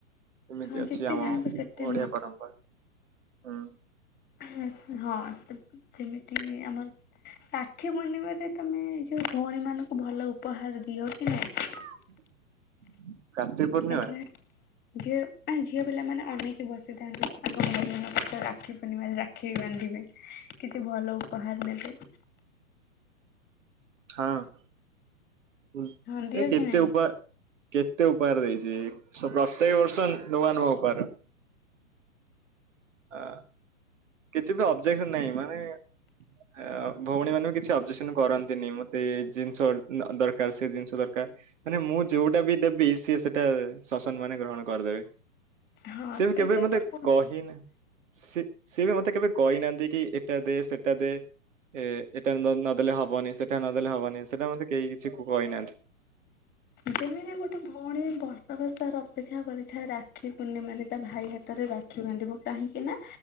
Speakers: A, on the right; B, on the left.
A: ଏମିତି
B: ହଁ
A: ଅଛି
B: ଯେତେ
A: ଆମ
B: ଜାଣିବ ସେତେ
A: ଓଡିଆ ପରମ୍ପରା। ହୁଁ।
B: ହୁଁ ହଁ, ସେ ଯେମିତିକି ଆମର ରାକ୍ଷୀ ପୂର୍ଣ୍ଣିମାରେ ତମେ ଯୋଉ ଭୋଉଣୀ ମାନଙ୍କୁ ଭଲ ଉପହାର ଦିଅ କି ନାଇଁ?
A: <inaudible> ପୂର୍ଣ୍ଣିମାରେ
B: ଆଜ୍ଞା <unintelligible> ଘିଅ ମାନେ ଝିଅ ପିଲାମାନେ ଅନେଇକି ବସିଥାନ୍ତି, ଆଗ ଭାଇ ମାନଙ୍କ ହାତରେ ରାକ୍ଷୀ ପୂର୍ଣ୍ଣିମାାରେ ରାକ୍ଷୀ ବାନ୍ଧିବେ। କିଛି ଭଲ ଉପହାର ନେବେ।
A: ହଁଅଁ, <inaudible>
B: ହଁ ଦିଅ
A: ଏ କେତେ
B: କି ନାଇଁ
A: ଉପହା କେତେ ଉପହାର ଦେଇଚି। ସୋ ପ୍ରତ୍ୟେକ ବର୍ଷ ନୂଆ ନୂଆ ଉପହାର। ଆ କିଛି ତ ଅବଜେକ୍ସନ ନାଇଁ। ମାନେ ଏ ଅ ଭଉଣୀ ମାନେ ବି କିଛି ଅବଜେକ୍ସନ କରନ୍ତିନି। ମତେ ଏ ଜିନିଷ ଦରକାର ସେ ଜିନିଷ ଦରକାର। ମାନେ ମୁଁ ଯୋଉଟା ବି ଦେବି ସିଏ ସେଟା ସ ସମ୍ମାନେ ଗ୍ରହଣ କରଦେବେ।
B: ହଁ
A: ସିଏ ବି
B: ସେଇଟା
A: କେବେ ବି ମତେ
B: ତ ବହୁତ
A: କହିନା ସେ ସିଏ ବି ମତେ କେବେ କଇନାଆନ୍ତି କି ଏଟା ଦେ ସେଟା ଦେ। ଏ ଏଟା ନ ନଦେଲେ ହବନି। ସେଟା ନଦେଲେ ହବନି। ସେଟା ମତେ କେହି କିଛି କଇନାଆନ୍ତି।
B: ଯେମିତି ଗୋଟେ ଭୋଉଣୀ ବର୍ଷ ବଷାର ଅପେକ୍ଷା କରିଥାଏ ରାକ୍ଷୀ ପୂର୍ଣ୍ଣିମାରେ ତା ଭାଇ ହାତରେ ରା କ୍ଷୀ ବାନ୍ଧିବ କାହିଁକି ନା